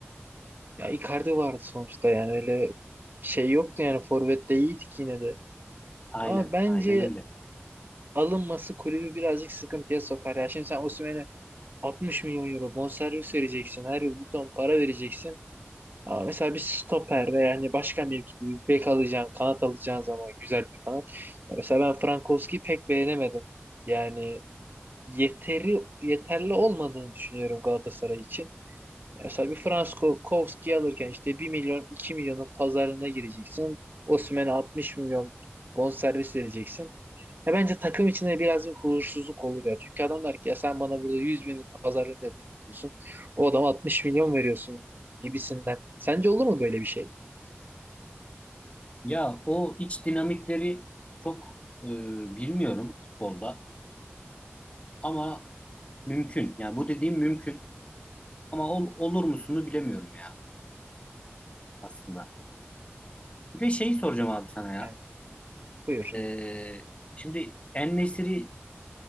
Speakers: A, on the right; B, on the left.
A: Ya Icardi vardı sonuçta yani öyle şey yoktu yani forvette iyiydik yine de.
B: Aynen,
A: Ama bence
B: aynen öyle.
A: alınması kulübü birazcık sıkıntıya sokar. Ya şimdi sen Osimhen'e 60 milyon euro bonservis vereceksin. Her yıl bir ton para vereceksin. Ama mesela bir stoper ve yani başka mevkide bir bek alacağın, kanat alacağın zaman güzel bir kanat. Ya mesela ben Frankowski'yi pek beğenemedim. Yani yeteri yeterli olmadığını düşünüyorum Galatasaray için. Mesela bir Frankowski alırken işte bir milyon 2 milyonun pazarlığına gireceksin. Osimhen'e 60 milyon bonservis vereceksin. Ya bence takım içinde biraz bir huzursuzluk olur ya. Çünkü adam der ki ya sen bana burada 100 bin pazarlığını yapıyorsun. O adama 60 milyon veriyorsun gibisinden. Sence olur mu böyle bir şey?
B: Ya o iç dinamikleri çok e, bilmiyorum futbolda ama mümkün. Yani bu dediğim mümkün ama ol- olur musunu bilemiyorum ya aslında. Bir de şeyi soracağım abi sana ya.
A: Yani buyur.
B: E, şimdi En-Nesyri